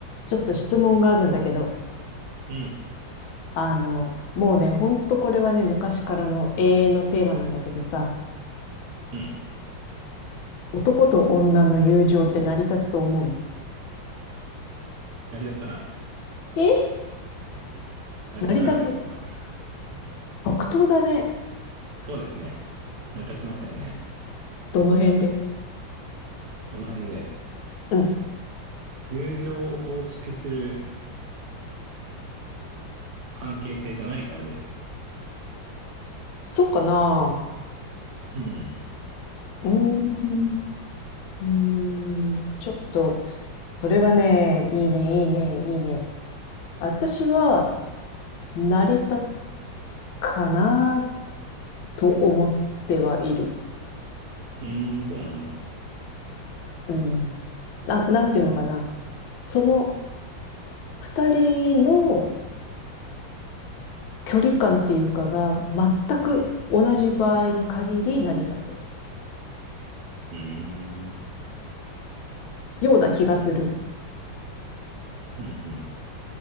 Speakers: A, on the left; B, on the right.
A: ちょっと質問があるんだけど、
B: うん、
A: あの、もうね、ほんとこれはね、昔からの永遠のテーマなんだけどさ、
B: うん。
A: 男と女の友情って成り立つと思う
B: 成り立たない。
A: え
B: 成り立たないと思います。
A: 成り立た、即答だね。
B: そうですね。成り立ちませんね。
A: どの辺で
B: どの辺で。
A: うん。
B: 友情を構築する関係性じゃないからです。
A: そっかな
B: うん。
A: うーん。ちょっと、それはね、いいね、いいね、いいね。私は、成り立つかなと思ってはいる。
B: うーん、そうなんだ。
A: うん。な、なんていうのかな。その二人の距離感っていうかが全く同じ場合に限り成り立つ
B: うん。うーん。
A: ような気がする。
B: うん、うん。